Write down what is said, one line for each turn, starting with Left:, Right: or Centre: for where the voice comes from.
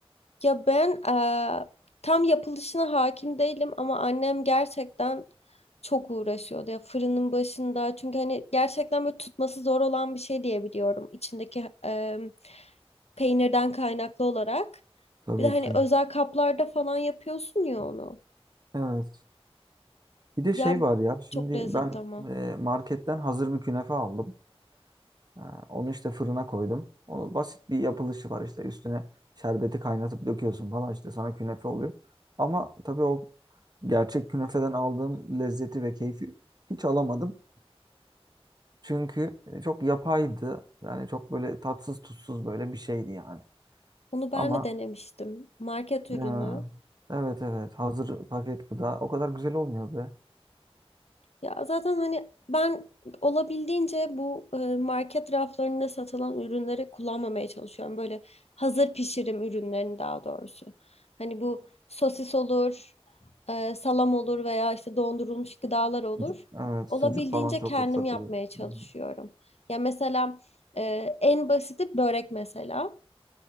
Left: ya ben eee, tam yapılışına hakim değilim ama annem gerçekten çok uğraşıyordu ya fırının başında çünkü hani gerçekten böyle tutması zor olan bir şey diye biliyorum içindeki eee, peynirden kaynaklı olarak.
Right: Tabii
Left: Bir de hani
Right: ki.
Left: özel kaplarda falan yapıyorsun ya onu.
Right: Evet. Bir de
Left: Ya
Right: şey var ya şimdi
Left: çok lezzetli
Right: ben
Left: ama.
Right: e, marketten hazır bir künefe aldım. Ha, Onu işte fırına koydum. Onu basit bir yapılışı var işte üstüne şerbeti kaynatıp döküyorsun falan işte sana künefe oluyor. Ama tabii o gerçek künefeden aldığım lezzeti ve keyfi hiç alamadım. Çünkü e, çok yapaydı. Yani çok böyle tatsız tutsuz böyle bir şeydi yani.
Left: Onu ben
Right: Ama
Left: de denemiştim. Market ürünü.
Right: e, evet evet hazır paket gıda o kadar güzel olmuyor be.
Left: Ya zaten hani ben olabildiğince bu e, market raflarında satılan ürünleri kullanmamaya çalışıyorum. Böyle hazır pişirim ürünlerini daha doğrusu. Hani bu sosis olur, e, salam olur veya işte dondurulmuş gıdalar olur.
Right: Sucuk, evet
Left: Olabildiğince
Right: sucuk falan çok
Left: kendim
Right: satılıyor.
Left: yapmaya çalışıyorum.
Right: Hı hı.
Left: Ya mesela e, en basiti börek mesela.